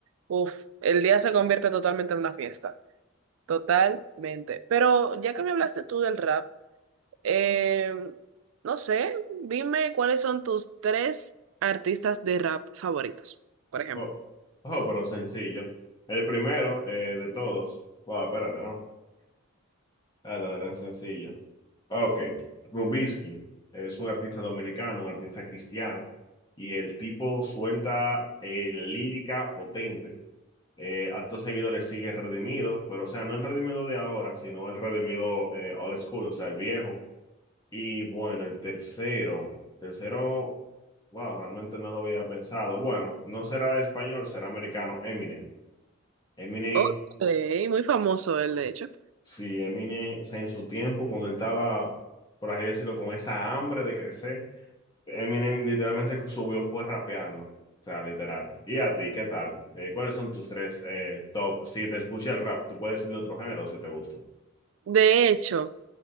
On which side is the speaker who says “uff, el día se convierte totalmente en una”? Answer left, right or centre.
Right